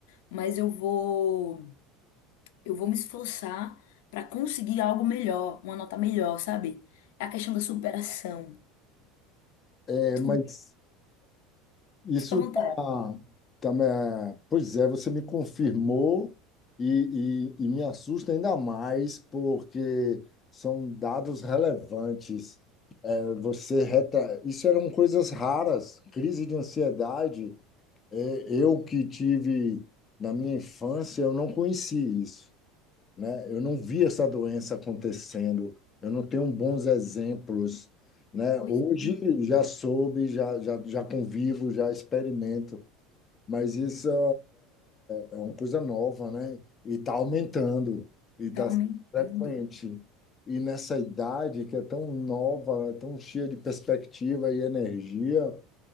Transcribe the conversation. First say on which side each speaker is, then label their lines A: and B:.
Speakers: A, on the left; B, on the left.
A: mas eu vou. eu vou me esforçar para conseguir algo melhor, uma nota melhor, sabe? É a questão da superação.
B: é,
A: Tudo
B: mas isso
A: fica à vontade.
B: tá, também é, pois é, você me confirmou e, e, e me assusta ainda mais porque são dados relevantes. É, Você reta, isso eram coisas raras, crise de ansiedade. é, eu que tive na minha infância, eu não conheci isso. né? Eu não vi essa doença acontecendo, eu não tenho bons exemplos, né?
A: Pois
B: Hoje
A: é,
B: já soube, já, já, já convivo, já experimento, mas isso é, é, é é uma coisa nova, né? E está aumentando, e está
A: tá aumentando.
B: frequente. E nessa idade que é tão nova, né? tão cheia de perspectiva e energia,